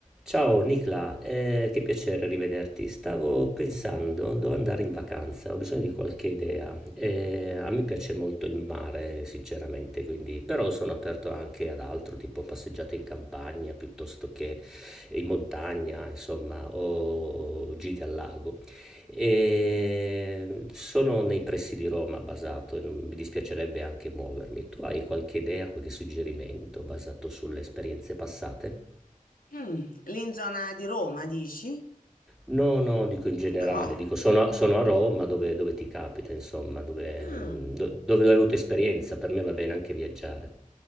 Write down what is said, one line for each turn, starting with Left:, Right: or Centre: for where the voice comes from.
Centre: Ciao Nicla, eh, che piacere rivederti. Stavo pensando dove andare in vacanza, ho bisogno di qualche idea. Eh, a me piace molto il mare, sinceramente, quindi, però sono aperto anche ad altro, tipo passeggiate in campagna piuttosto che in montagna, insomma, o gite al lago. Eh, sono nei pressi di Roma basato, non- mi dispiacerebbe anche muovermi. Tu hai qualche idea, qualche suggerimento basato sulle esperienze passate?
Left: Mm, lì in zona di Roma, dici?
Centre: No, no, dico in generale,
Left: No,
Centre: dico sono a sono a Roma dove dove ti capita insomma, dove
Left: Mm,
Centre: mhmm, do dove hai avuto esperienza, per me va bene anche viaggiare.